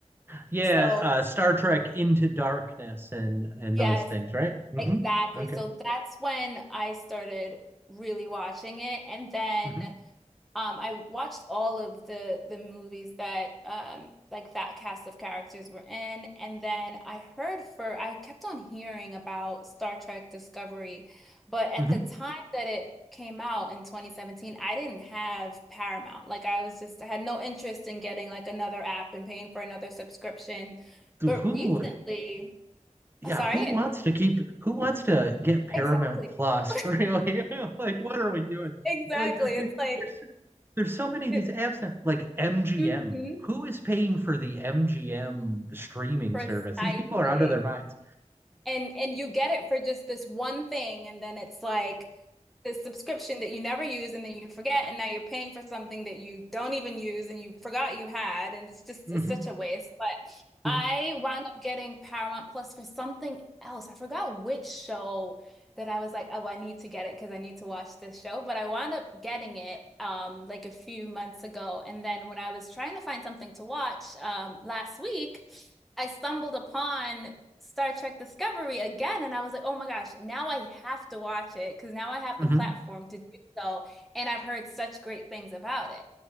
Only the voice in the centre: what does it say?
So
yes,
exactly.
So that's when I started really watching it. And then
Um, I watched all of the the movies that um like that cast of characters were in, and then I heard for I kept on hearing about Star Trek Discovery, but at
the time that it came out in 2017, I didn't have Paramount. Like I was just I had no interest in getting like another app and paying for another subscription.
But recently,
oh, sorry,
exactly.
<laughs>
Exactly.
It's like,
it-
mhm,
precisely.
And and you get it for just this one thing, and then it's like this subscription that you never use and then you forget, and now you're paying for something that you don't even use and you forgot you had, and it's just
it's such a waste. But
I wound up getting Paramount Plus for something else. I forgot which show that I was like, oh, I need to get it because I need to watch this show. But I wound up getting it um like a few months ago. And then when I was trying to find something to watch um last week, I stumbled upon Star Trek Discovery again, and I was like, oh my gosh, now I have to watch it because now I have the
platform to do so, and I've heard such great things about it.